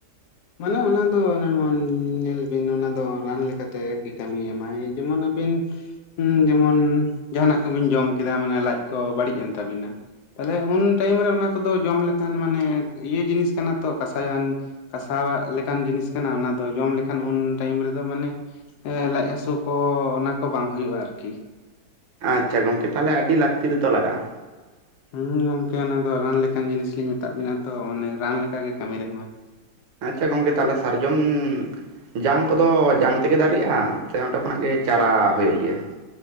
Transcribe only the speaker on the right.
ᱟᱪᱪᱷᱟ ᱜᱚᱝᱠᱮ ᱛᱟᱦᱚᱞᱮ ᱟᱹᱰᱤ ᱞᱟᱹᱠᱛᱤ ᱨᱮᱛᱚ ᱞᱟᱜᱟᱼᱟ᱾
ᱟᱪᱪᱷᱟ ᱜᱚᱝᱠᱮ ᱛᱟᱦᱚᱞᱮ ᱥᱟᱨᱡᱚᱢ ᱡᱟᱝ ᱠᱚᱫᱚ ᱡᱟᱝ ᱛᱮᱜᱮ ᱫᱟᱨᱤᱜᱼᱟ ᱥᱮ ᱚᱸᱰᱮ ᱠᱷᱚᱱᱟᱜ ᱜᱮ ᱪᱟᱨᱟ ᱦᱩᱭᱩᱜ ᱜᱮᱭᱟ?